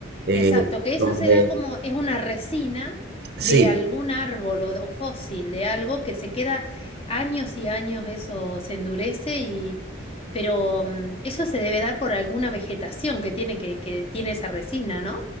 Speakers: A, on the right; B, on the left.
A: eh,
B: exacto, que eso
A: donde,
B: se da como es una resina
A: sí.
B: de algún árbol o, o fósil de algo que se queda años y años, eso se endurece y pero mm, eso se debe dar por alguna vegetación que tiene que, que tiene esa resina, ¿no?